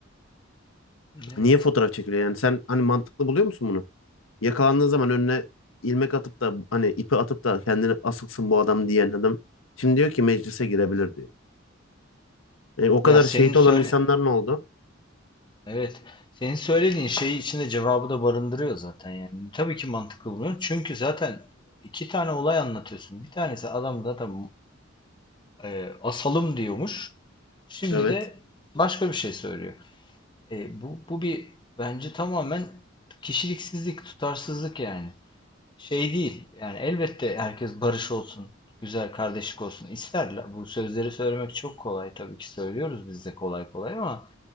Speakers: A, on the left; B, on the left.
A: Evet.
B: Niye fotoğraf çekiliyor yani? Sen hani mantıklı buluyor musun bunu? Yakalandığı zaman önüne ilmek atıp da hani ipi atıp da kendini asılsın bu adam diyen adam. Şimdi diyor ki meclise girebilir diyor. E, o kadar
A: Ya senin
B: şehit
A: söyle
B: olan insanlar ne oldu?
A: Evet. Senin söylediğin şey içinde cevabı da barındırıyor zaten yani. Tabii ki mantıklı buluyorum. Çünkü zaten iki tane olay anlatıyorsun. Bir tanesi adam zaten e, asalım diyormuş. Şimdi
B: Evet.
A: de başka bir şey söylüyor. E, bu, bu bir bence tamamen kişiliksizlik, tutarsızlık yani şey değil yani elbette herkes barış olsun, güzel kardeşlik olsun isterler. Bu sözleri söylemek çok kolay tabii ki söylüyoruz biz de kolay kolay ama